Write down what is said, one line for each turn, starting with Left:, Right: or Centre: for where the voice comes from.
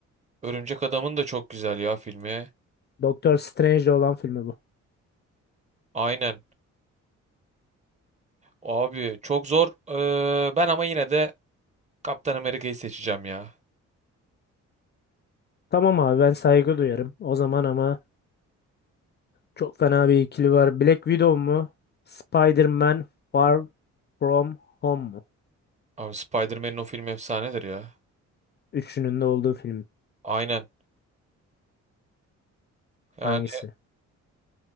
Right: Örümcek Adam'ın da çok güzel ya filmi.
Left: Doktor Strange'de olan filmi bu.
Right: Aynen. Abi çok zor. Ee, ben ama yine de Kaptan Amerika'yı seçeceğim ya.
Left: Tamam abi ben saygı duyarım. O zaman ama çok fena bir ikili var. Black Widow mu? Spider-Man Far From Home mu?
Right: Abi Spider-Man'in o filmi efsanedir ya.
Left: Üçünün de olduğu film
Right: Aynen. Yani
Left: hangisi?